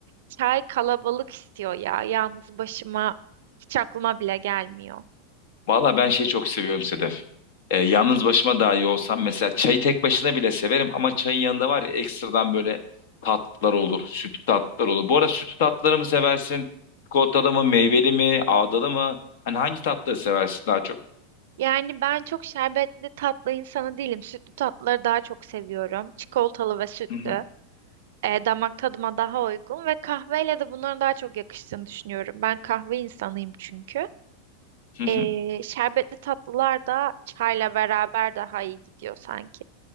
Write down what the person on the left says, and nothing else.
Valla ben şey çok seviyorum Sedef. Ee, yalnız başıma daha iyi olsam mesela çayı tek başına bile severim ama çayın yanında var ya ekstradan böyle tatlılar olur. Sütlü tatlılar olur. Bu arada sütlü tatlıları mı seversin? Çikolatalı mı, meyveli mi, ağdalı mı? Hani hangi tatları seversin daha çok?
Hı hı,
hı hı.